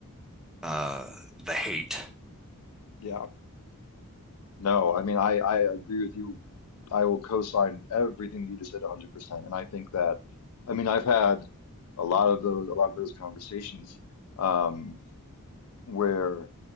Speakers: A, in the centre; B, on the left (about 85°).
A: uh, the hate.
B: yeah. No, I mean, I, I agree with you. I will co-sign everything that you just said 100%. And I think that, I mean, I've had a lot of those, a lot of those conversations um, where